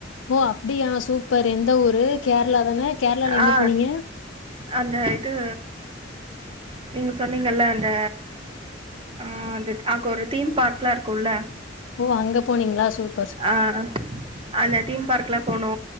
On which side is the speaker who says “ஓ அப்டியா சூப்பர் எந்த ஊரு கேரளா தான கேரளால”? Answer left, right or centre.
Left